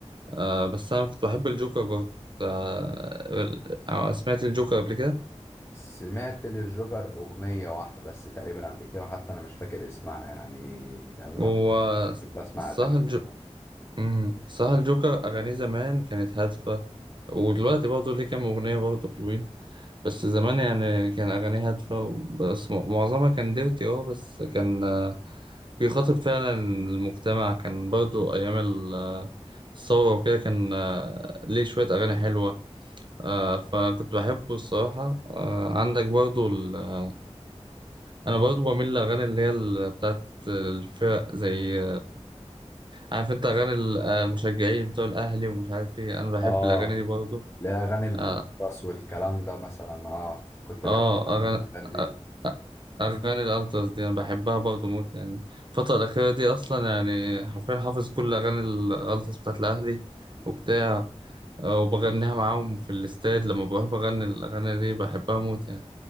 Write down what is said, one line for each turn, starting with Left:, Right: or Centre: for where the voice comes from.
Right: آه بس أنا كنت بحب الجوكر برضه آه، ال- سمعت الجوكر قبل كده
Left: سمعت للجوكر أغنية واحدة بس تقريبا قبل كده حتى أنا مش فاكر اسمها يعني لأن أنا
Right: هو
Left: كنت بسمع
Right: الصراحة
Left: أغاني كتير.
Right: امم صح الجوكر أغانيه زمان كانت هادفة ودلوقتي برضه ليه كام أغنية برضه حلوين بس زمان يعني كان أغانيه هادفة بس معظمها كان ديرتي اه بس كان آه، بيخاطب فعلا المجتمع كان برضه أيام ال- آه، الثورة وكده كان آه، ليه شوية أغاني حلوة آه، فكنت بحبه الصراحة آه، عندك برضه ال- أنا برضه بميل للأغاني اللي هي ال- بتاعت الفرق زي عارف انت اغاني ال- آه، المشجعين بتوع الاهلي ومش عارف ايه انا بحب
Left: آه
Right: الاغاني دي برضه
Left: لا أغاني الأطرس
Right: اه
Left: والكلام ده مثلا آه كنت
Right: آه،
Left: بحب أسمع
Right: اغاني
Left: الأغاني دي
Right: آه، آه، اغاني الالتراس دي انا بحبها برضه موت يعني الفتره الاخيره دي اصلا يعني حرفيا حافظ كل اغاني الالتراس بتاعت الاهلي وبتاع آه، وبغنيها معاهم في الاستاد لما بروح بغني الاغاني دي بحبها موت يعني